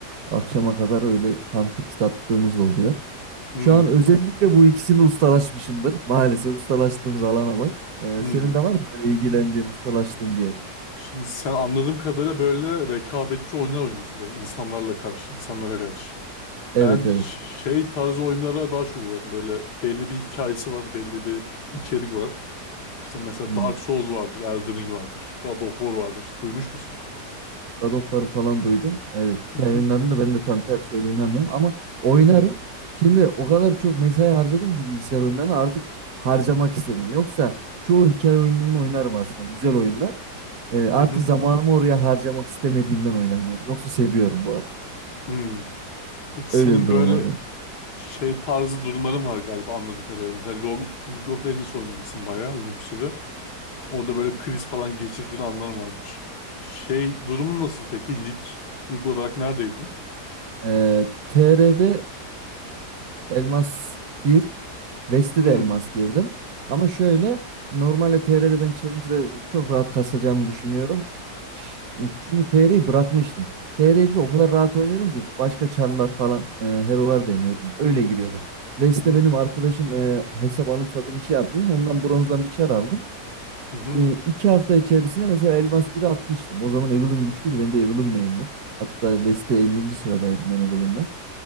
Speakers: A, on the right (about 65°); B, on the left (about 75°).
A: akşama kadar öyle Counter kit attığımız da oluyor.
B: Hmm.
A: Şu an özellikle bu ikisini ustalaşmışımdır. Maalesef ustalaştığımız alana bak. Ee,
B: Hmm.
A: senin de var mı böyle ilgilendiğin, ustalaştığın bir yer?
B: Şimdi sen anladığım kadarıyla böyle rekabetçi oyunlar oynuyorsun böyle insanlarla karşı, insanlara karşı.
A: Evet
B: Ben ş-
A: evet.
B: şey tarzı oyunlara daha çok varım. Böyle belli bir hikayesi var, belli bir içerik var. İşte mesela
A: Hmm.
B: Dark Souls vardır, Elden Ring vardır, God of War vardır. İşte Duymuş musun?
A: God of War'ı falan duydum. Evet. Hikaye
B: Hı hı,
A: oyunlarını da ben de tam tersi öyle oynamıyorum ama oynarım.
B: hı,
A: Şimdi o kadar çok mesai harcadım ki bilgisayar oyunlarına artık harcamak istemiyorum. Yoksa çoğu hikaye oyununu oynarım aslında. Güzel oyunlar. Ee, artık
B: hı hı,
A: zamanımı oraya harcamak istemediğimden oynamıyorum. Yoksa seviyorum bu arada.
B: hı. Peki
A: Öyle
B: senin
A: bir durum
B: böyle
A: var benim.
B: şey tarzı durumların var galiba anladığım kadarıyla. Mesela Lo- League of Legends oynamışsın bayağı uzun bir süre. Orada böyle kriz falan geçirdiğin anlar varmış. Şey durumun nasıl peki? Lig, lig olarak neredeydin?
A: Ee, TR'de e, Elmas bir, vesti
B: Hı
A: de Elmas birdim. Ama şöyle normalde TR'de ben Challenger'ı çok rahat kasacağımı düşünüyorum. Ş- Çünkü TR'yi bırakmıştım. TR'yi bir de o kadar rahat oynuyordum ki başka çarlar falan e, herolar deniyordum. Öyle giriyordum. Vest'te
B: hı,
A: benim arkadaşım e, hesap alım satım işi yapıyor. Ondan bronzdan bir çar aldım.
B: hı hı,
A: E, iki hafta içerisinde mesela Elmas biri atmıştım. O zaman Evelynn güçlüydü. Ben de Evelynn main'dim. Hatta West'te 50. sıradaydım ben Evelyn'da.